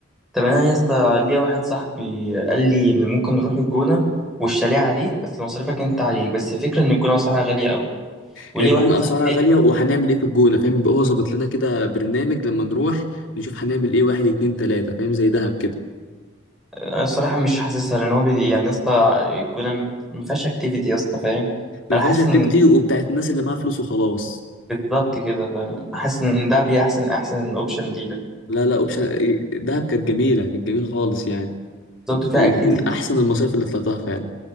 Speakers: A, in the centre; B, on the left (about 75°).
A: طب انا يا اسطى ليا واحد صاحبي قال لي ان ممكن نروح الجونة والشاليه عليك بس مصاريفك انت عليك بس الفكرة ان الجونة اسعارها غالية قوي وليا
B: هي الجونة
A: واحد صاحبي
B: اسعارها
A: تاني
B: غالية وهنعمل ايه في الجونة فاهم يبقى هو ظابط لنا كده برنامج لما نروح نشوف هنعمل ايه واحد اتنين تلاتة فاهم زي دهب كده
A: انا الصراحه مش حاسسها لان هو بي... يعني يا اسطى الجونه م- ما فيهاش اكتيفيتي يا اسطى فاهم
B: ما
A: انا
B: فيهاش
A: حاسس
B: اكتيفيتي
A: ان
B: وبتاعت الناس اللي معاها فلوس وخلاص
A: بالظبط كده فاهم حاسس ان ده بي احسن احسن اوبشن لينا
B: لا لا اوبشن دهب كانت جميله كانت جميله خالص يعني
A: بالظبط فيها
B: من
A: اكتيفيتي
B: من
A: كتير
B: احسن المصايف اللي طلعتها فعلا